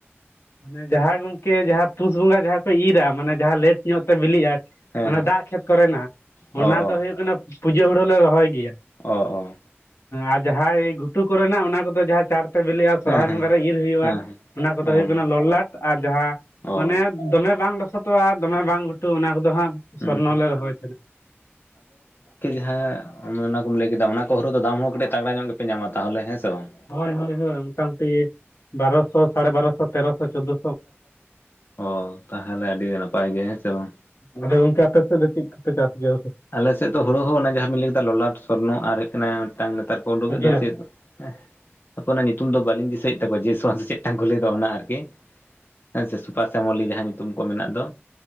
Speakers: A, on the left; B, on the left.
A: ᱢᱟᱱᱮ ᱡᱟᱦᱟᱸ ᱜᱚᱝᱠᱮ ᱡᱟᱦᱟᱸ ᱯᱩᱥ ᱵᱚᱸᱜᱟ ᱡᱟᱦᱟᱸ ᱠᱚ ᱤᱨᱟ ᱢᱟᱱᱮ ᱡᱟᱦᱟᱸ ᱞᱮᱴ ᱧᱚᱜ ᱛᱮ ᱵᱤᱞᱤᱜᱼᱟ
B: ᱦᱮᱸ
A: ᱚᱱᱟ
B: ᱦᱮᱸ
A: ᱫᱟᱜ ᱠᱷᱮᱛ ᱠᱚᱨᱮᱱᱟᱜ
B: ᱚ
A: ᱚᱱᱟ
B: ᱚ
A: ᱨᱮᱫᱚ ᱦᱩᱭᱩᱜ ᱠᱟᱱᱟ ᱯᱩᱡᱟᱹ ᱦᱩᱲᱩ ᱞᱮ ᱨᱚᱦᱚᱭ ᱜᱮᱭᱟ
B: ᱚ ᱚ
A: ᱟᱨ ᱡᱟᱦᱟᱸᱭ ᱜᱷᱩᱴᱩ ᱠᱚᱨᱮᱱᱟᱜ ᱚᱱᱟ ᱠᱚᱫᱚ ᱡᱟᱦᱟᱸ ᱪᱟᱲ ᱛᱮ ᱵᱤᱞᱤᱜᱼᱟ ᱥᱚᱨᱦᱟᱭ
B: ᱦᱮᱸ
A: ᱵᱚᱸᱜᱟ
B: ᱦᱮᱸ
A: ᱨᱮ ᱤᱨ ᱦᱩᱭᱩᱜᱼᱟ
B: ᱦᱮᱸ
A: ᱚᱱᱟ ᱠᱚᱫᱚ
B: ᱦᱮᱸ
A: ᱦᱩᱭᱩᱜ ᱠᱟᱱᱟ ᱞᱚᱞᱟᱴ ᱟᱨ ᱡᱟᱦᱟᱸ
B: ᱚ ᱚ
A: ᱢᱟᱱᱮ ᱫᱚᱢᱮ ᱵᱟᱝ ᱞᱚᱥᱚᱫᱚᱜᱼᱟ ᱫᱚᱢᱮ ᱵᱟᱝ ᱜᱷᱩᱴᱩ ᱚᱱᱟ ᱠᱚᱫᱚ ᱦᱟᱸᱜ
B: ᱦᱩᱸ
A: ᱥᱚᱨᱱᱚ
B: ᱦᱩᱸ
A: ᱞᱮ ᱨᱚᱦᱚᱭ
B: ᱦᱮᱸ ᱚᱱᱟ ᱠᱚᱢ ᱞᱟᱹᱭ ᱠᱮᱫᱟ ᱚᱱᱟ ᱠᱚ ᱦᱳᱨᱳ ᱫᱚ ᱫᱟᱢ ᱦᱚᱸ ᱠᱟᱹᱴᱤᱡ ᱛᱟᱜᱽᱟ ᱧᱚᱜ ᱜᱮᱯᱮ ᱧᱟᱢᱟ ᱛᱟᱦᱚᱞᱮ ᱦᱮᱸ ᱥᱮ ᱵᱟᱝ
A: ᱦᱳᱭ ᱦᱳᱭ ᱦᱳᱭ ᱢᱚᱴᱟᱢᱩᱴᱤ ᱵᱟᱨᱚᱥᱚ ᱥᱟᱲᱮ ᱵᱟᱨᱚᱥᱚ ᱛᱮᱨᱚᱥᱚ ᱪᱳᱫᱫᱳ
B: ᱚ ᱛᱟᱦᱚᱞᱮ ᱟᱹᱰᱤ ᱱᱟᱯᱟᱭ ᱜᱮ ᱦᱮᱸ ᱥᱮ ᱵᱟᱝ
A: ᱟᱫᱚ ᱜᱚᱝᱠᱮ ᱟᱯᱮ ᱥᱮᱫ ᱫᱚ ᱪᱮᱫ ᱠᱚᱯᱮ ᱪᱟᱥ ᱜᱮᱭᱟ
B: ᱟᱞᱮᱥᱮᱫ ᱫᱚ ᱦᱩᱲᱩ ᱦᱚᱸ ᱚᱱᱮ ᱡᱟᱦᱟᱸ ᱵᱤᱱ ᱞᱟᱹᱭ ᱠᱮᱫᱟ ᱞᱚᱞᱟᱴ ᱥᱚᱨᱱᱚ ᱟᱨ ᱠᱟᱱᱟ ᱢᱤᱫᱴᱟᱝ ᱱᱮᱛᱟᱨ ᱠᱚ ᱩᱰᱩᱠᱮᱫ
A: ᱟᱪᱪᱷᱟ
B: ᱫᱚ ᱪᱮᱫ ᱦᱮᱸ ᱚᱱᱟ ᱧᱩᱛᱩᱢ ᱫᱚ ᱵᱟᱹᱞᱤᱧ ᱫᱤᱥᱟᱹᱭᱮᱫ ᱛᱟᱠᱚᱣᱟ ᱪᱮᱫᱴᱟᱱ ᱠᱚ ᱞᱟᱹᱭᱫᱚ ᱚᱱᱟ ᱟᱨᱠᱤ ᱦᱮᱸ ᱥᱮ ᱥᱩᱯᱟᱨ ᱥᱟᱢᱚᱞᱤ ᱡᱟᱦᱟᱸ ᱧᱩᱛᱩᱢ ᱠᱚ ᱢᱮᱱᱟᱜ ᱫᱚ